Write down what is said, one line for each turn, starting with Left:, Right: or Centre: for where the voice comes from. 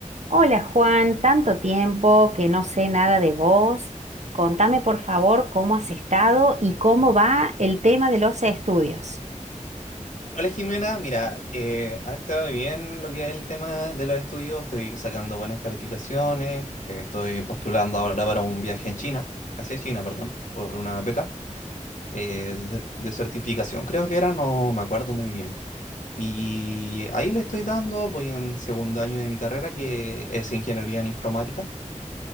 Right: Hola Juan, tanto tiempo que no sé nada de vos. Contame por favor cómo has estado y cómo va el tema de los estudios.
Left: Hola Jimena, mira, eh, ha estado bien lo que es el tema de los estudios, estoy sacando buenas calificaciones, eh, estoy postulando ahora para un viaje en China, hacia China, perdón, por una beca eh, de, de certificación, creo que era, no me acuerdo muy bien. Y ahí le estoy dando, voy en segundo año de mi carrera que es ingeniería en informática